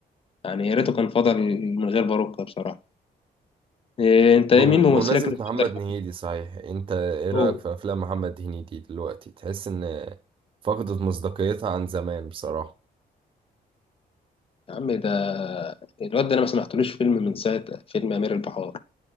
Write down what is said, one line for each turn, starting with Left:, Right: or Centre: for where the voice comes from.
Left: يعني يا ريته كان فضل من غير باروكة بصراحة إيه أنت إيه
Right: بم-
Left: مين
Right: بمناسبة
Left: ممثلك المفضل
Right: محمد هنيدي صحيح انت ايه رأيك
Left: هو
Right: في افلام محمد هنيدي دلوقتي تحس ان فقدت مصداقيتها عن زمان بصراحة
Left: يا عم ده الواد ده أنا ما سمعتلوش فيلم من ساعة فيلم أمير البحار